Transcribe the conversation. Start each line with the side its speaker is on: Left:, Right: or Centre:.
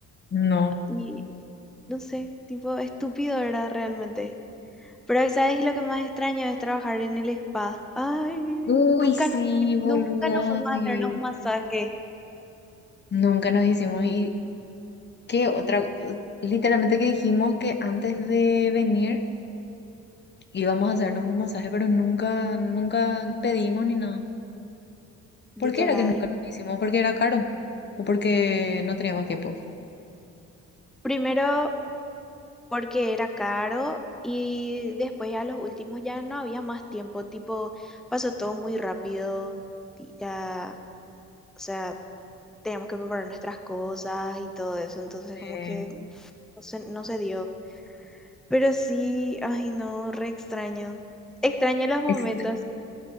Left: No.
Centre: y no sé, tipo, estúpido era realmente. Pero ¿sabes lo que más extraño es trabajar en el spa? Ay,
Left: Uy,
Centre: nunca
Left: sí,
Centre: nos, fui-
Left: boluda,
Centre: nunca nos fuimos
Left: sí.
Centre: a hacernos un masaje,
Left: Nunca nos hicimos. ¿Y qué otra? Literalmente que dijimos que antes de venir íbamos a hacernos un masaje, pero nunca, nunca pedimos ni nada.
Centre: literal.
Left: ¿Por qué era que nunca nos hicimos? ¿Porque era caro? ¿O porque no teníamos tiempo?
Centre: Primero porque era caro y después ya los últimos ya no había más tiempo, tipo, pasó todo muy rápido y ya, o sea, teníamos que preparar nuestras cosas y todo eso, entonces
Left: Eh,
Centre: como que no se, no se dio. Pero sí, ay no, re extraño. Extraño los momentos,
Left: ex-